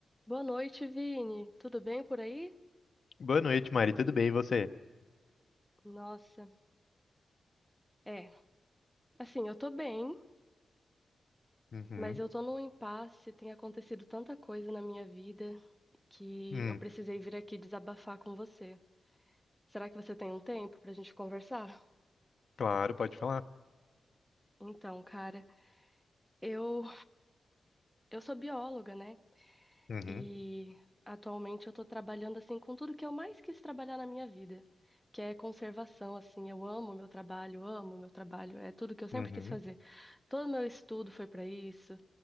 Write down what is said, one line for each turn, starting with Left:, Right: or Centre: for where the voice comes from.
Centre: Boa noite, Vini. Tudo bem por aí?
Left: Boa noite, Mari. Tudo bem, e você?
Centre: Nossa, é. Assim, eu tô bem,
Left: Uhum.
Centre: mas eu tô num impasse. Tem acontecido tanta coisa na minha vida que
Left: Hum,
Centre: eu precisei vir aqui desabafar com você. Será que você tem um tempo pra gente conversar?
Left: claro, pode falar.
Centre: Então, cara, eu eu sou bióloga, né?
Left: Uhum.
Centre: E atualmente eu tô trabalhando assim com tudo que eu mais quis trabalhar na minha vida, que é conservação, assim. Eu amo meu trabalho, amo meu trabalho, é tudo que eu sempre
Left: Uhum.
Centre: quis fazer. Todo meu estudo foi para isso.